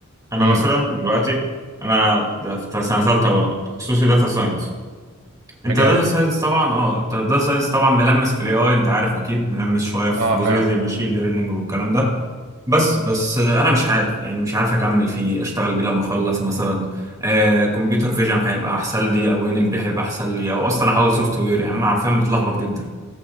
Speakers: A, on the right; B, on the right.
A: انا
B: امم
A: مثلا دلوقتي انا ده في سنة ثالثة برضه تخصصي داتا ساينس
B: بجد
A: انت داتا ساينس طبعا اه انت داتا ساينس طبعا ملمس في الاي اي انت عارف اكيد ملمس شويه في
B: اه
A: جزئيه
B: فعلا
A: الماشين ليرنينج والكلام ده بس بس آه، انا مش عارف يعني مش عارف اكمل فيه اشتغل بيه لما اخلص مثلا آه كمبيوتر فيجن هيبقى احسن لي او ان ال بي هيبقى احسن لي او اصلا احول سوفت وير يعني انا عارفين متلخبط جدا